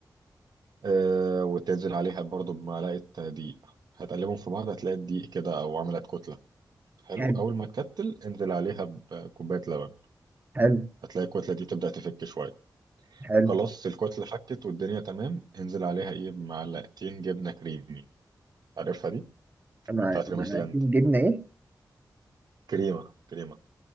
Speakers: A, on the right (about 65°); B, on the right (about 25°).
A: آه وتنزل عليها برضو بمعلقه دقيق هتقلبهم في بعض هتلاقي الدقيق كده او عملت كتله حلو
B: حلو
A: اول ما تكتل انزل عليها بكوبايه لبن
B: حلو
A: هتلاقي الكتله دي تبدا تفك شويه
B: حلو
A: خلاص الكتله حكت والدنيا تمام انزل عليها ايه بمعلقتين جبنه كريمي عارفها دي
B: مع
A: بتاعت ريماس
B: مع
A: لاند
B: جبنة إيه؟
A: كريمه كريمه